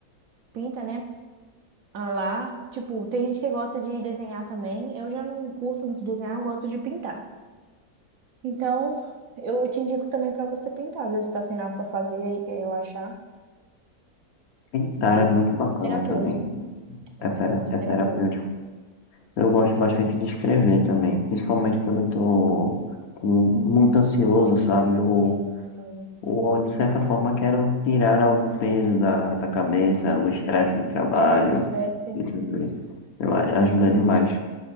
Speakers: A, on the right; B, on the left.
A: pinta, né? ah, lá. Tipo, tem gente que gosta de desenhar também. Eu já não curto muito desenhar, eu gosto de pintar. Então, eu te indico também pra você pintar. Às vezes tá sem nada pra fazer aí, quer relaxar,
B: Pintar
A: entendeu?
B: é muito bacana
A: Muito terapeuta.
B: também. É, pera-
A: É, muito
B: é
A: terapêutico.
B: terapêutico. Eu gosto bastante de escrever também, principalmente quando eu tô com- muito ansioso, sabe? Ou
A: Sim, sim.
B: Ou, de certa forma, quero tirar algum peso da, da cabeça, o estresse do trabalho
A: É, não estresse.
B: e tudo isso. Eu, a- ajuda
A: Sim.
B: demais.